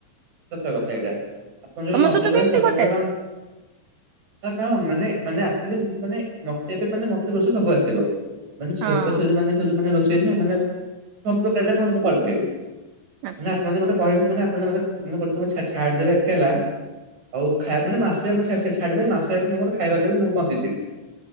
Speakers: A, on the right; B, on the right.
A: ସତ୍ୟ କଥା ଏଇଟା ଆପଣ ଯ
B: ତମ
A: ନବଜ
B: ସହିତ
A: କେ
B: ବି ଏମିତି
A: ସତ
B: ଘଟେ?
A: କଟା ଏଗୁରା କ ମାନେ ମାନେ ଆଚୁଆଲି ମାନେ ମତେ ଏବେ ମାନେ ମତେ ରୋଷଇ ସବୁ ଆସିବ। ମାନେ ଝିଅ
B: ହଁ
A: ପିଲା ସେ ଯୋଉ ମାନେ ସେ ଯୋଉ ମାନେ ରୋଷେଇ ନୁହଁ ମାନେ ସବୁ ପ୍ରକାର ଟା ମୁଁ କରିଦେବି।
B: ଆଚ୍ଛା
A: ମାନେ ଆପଣ ଯଦି ମତେ କିବେ ମାନେ ଆପଣ ମେ ମାନେ ଗୋଟେେ ଛା ଛାଡି ଡିଦବେ ଏକେଲା ଆଉ ମାନେ ମାସେ ଛାଡିଦେଲେ ମାସେ ଜାଙ୍କ ମୁଁ ଖାଇବା କରିକି ମୁଁ ବଞ୍ଚିଯିବି।